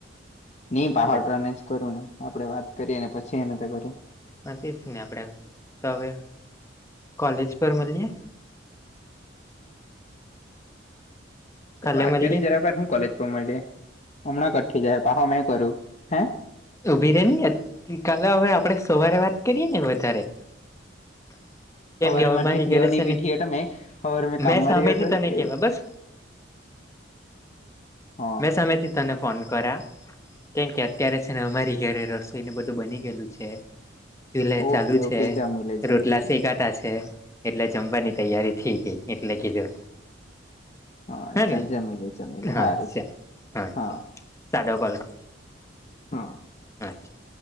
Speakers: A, on the left; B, on the left.
A: ઈ પહાડરા
B: હા
A: ને જ કરું ને આપડે વાત કરીએ ને, પછી એને તો કરું
B: હા, તે જ ને આપણેે, તો હવે કોલેજ પર મલીએ. કાલે
A: તે વાત
B: મળીએ
A: કરી જરા હું કોલેજ પર મળીયે, હમણાં કઠી જાય પહો મેં કરું, હે.
B: એ ઉભી રે નેલી અત, તો કાલે હવે આપડે સવારે વાત કરીએ ને વધારે <inaudible> કેમ
A: હવારે
B: કે હવે
A: મારથી
B: મારી
A: થીયો
B: ઘરે
A: ની
B: છે
A: પીઠી
B: ને,
A: હતો મેં હવારે
B: મેં
A: કામમાં
B: સામે
A: રહ્યો
B: થી
A: હતો
B: તને કેવા
A: એ
B: બસ
A: હા
B: મેં સામે થી તને ફોન કર્યા કેમ કે, અત્યારે છે ને અમારી ઘરે રસોઈ ને બધું બની ગયેલું છે. એટલે ચાલુ
A: ઓકે
B: છે,
A: ઓકે જમી લે જમી
B: રોટલા
A: લે
B: શેકાતા છે. એટલે જમવાની તૈયારી થઇ ગઈ એટલે કીધું.
A: હા,
B: હે
A: ચાલ
B: ને
A: જમી લે-જમી લે,
B: હા
A: હાર
B: અચ્છા
A: ચલ, હા
B: ચાલ, સાદો કોલ કર
A: હા
B: અચ્છા